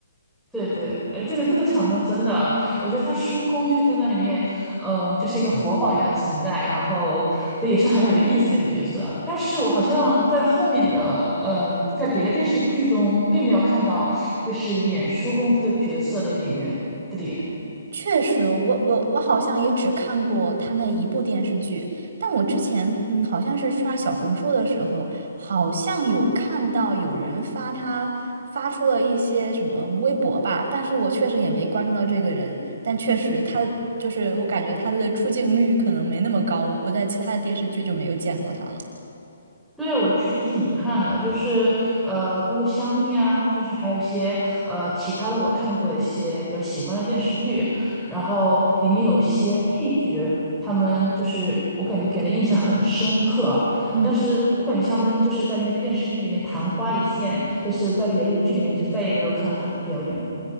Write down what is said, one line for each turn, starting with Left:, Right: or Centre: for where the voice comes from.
Centre: 对对，哎，这个这个场面真的，我觉得他叔公就在那里面，呃，就是一个活宝一样的存在，然后这也是很有意思的一个角色。但是我好像在后面的，嗯、在别的电视剧中并没有看到，就是演叔公这个角色的演员的脸。
Right: 确实，我我我好像也只看过他那一部电视剧，但我之前嗯，好像是刷小红书的时候，好像有看到有人发他发出了一些什么微博吧，但是我确实也没关注到这个人，但确实他就是我感觉他的出镜率可能没那么高，我在其他的电视剧就没有见过他了。
Centre: 对，我确实挺遗憾的，就是呃，包括香蜜啊，就是还有一些呃其他的我看过的一些比较喜欢的电视剧，然后里面有些配角，他们就是我感觉给人印象很深刻，
Right: 嗯。
Centre: 但是我感觉他们就是在那些电视剧里面昙花一现，就是在别的剧里面就再也没有看到他们的表演了。